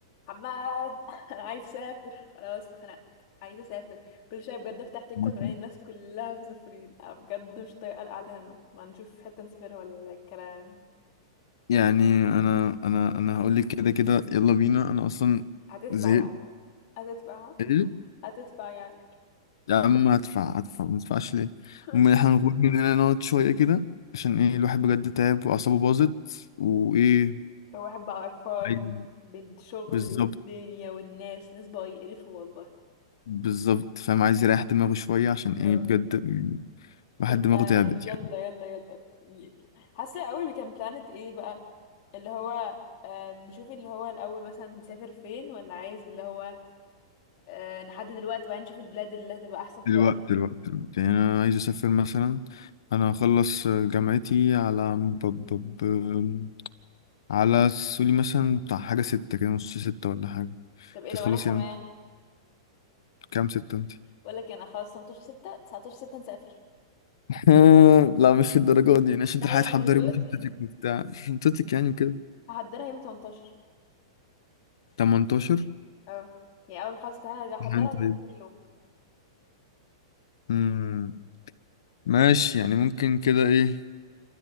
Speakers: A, on the left (about 50°); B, on the left (about 70°).
A: حماد <laughs> انا عايز اسافر خلاص اتخنقت عايزه اسافر كل شويه بجد افتح تيك
B: مثلاً.
A: توك الاقي الناس كلها مسافرين أنا بجد مش طايقه القعده هنا ما نشوف حته نسافرها ولا الكلام
B: يعني انا انا انا هقول لك كده كده يلا بينا انا اصلا
A: هتدفع
B: زهقت
A: يعني هتدفع
B: ايه
A: هتدفع يعني
B: يا عم هدفع هدفع ما تدفعش ليه
A: <laughs>
B: المهم احنا هنخرج من هنا نقعد شويه كده عشان ايه الواحد بجد تعب واعصابه باظت وايه
A: الواحد بقى قرفان
B: عايز
A: بالشغل
B: بالظبط
A: والدنيا والناس ناس بقى يقرفوا والله
B: بالظبط فاهم عايز يريح دماغه شويه عشان ايه
A: اه
B: بجد الواحد
A: طب ما
B: دماغه تعبت
A: يلا
B: يعني
A: يلا يلا يلا. حاسه الاول كان بلانت ايه بقى اللي هو آم، نشوف اللي هو الاول مثلا نسافر فين ولا عايز اللي هو آه، نحدد الوقت بعدين نشوف البلاد اللي هتبقى احسن في
B: دلوقتي
A: الوقت ده
B: دلوقتي دلوقتي يعني انا عايز اسافر مثلا انا هخلص جامعتي على ب- ب- ب- على سوري مثلا بتاع حاجة ستة كده نص ستة ولا حاجة
A: طب ايه
B: تخلصي
A: ده وانا كمان
B: يعني كام ستة انت؟
A: بقول لك إيه، انا خلاص 18 6 19 6 نسافر
B: <laughs> لا مش الدرجات دي يعني عشان
A: لا
B: تلحقي
A: للدرجه
B: تحضري
A: دي
B: شنطتك وبتاع <laughs> شنطتك يعني كده
A: هحضرها يوم 18
B: 18
A: اه يعني اول ما خلاص تعالى ارجع احضرها
B: امتحان طيب
A: وتبقى تاني يوم
B: امم ماشي يعني ممكن كده ايه